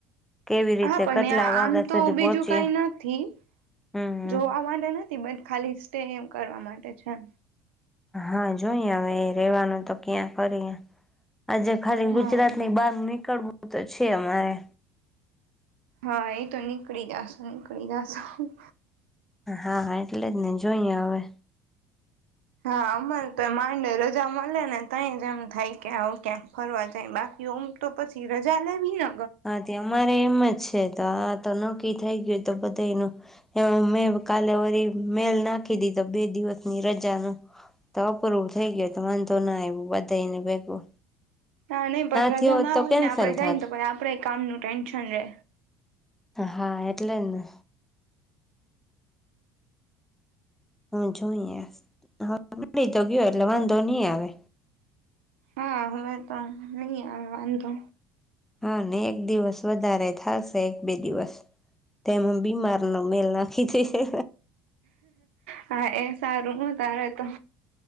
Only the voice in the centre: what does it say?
કેવી રીતે
કેટલા
વાગ્યા
સુધી
પહોંચીએ
હમ
હા જોઈએ હવે રેવાનું તો ક્યાં કરીએ. આજે ખાલી
ગુજરાત ની બહાર નીકળવું તો છે અમારે.
હા એટલે જ ને જોઈએ હવે.
હા તે અમારે એમજ છે તો આ તો નક્કી થઈ ગયું તો બધાયનું મેં કાલે વરી મેલ ના. નાખી દીધો બે દિવસની રજા નો. તો આપરું થઈ ગયુ તો વાંધો ના આવ્યો બધાયનુ ભેગું.
થયો
હોત
તો
કેન્સલ
થાત
હા એટલે જ ને. હું જોઈએ હવે મળી તો ગયો એટલે વાંધો નહી આવે.
હા ને એક દિવસ વધારે થશે એક-બે દિવસ તેમાં બીમારનો મેલ નાખી દેશે.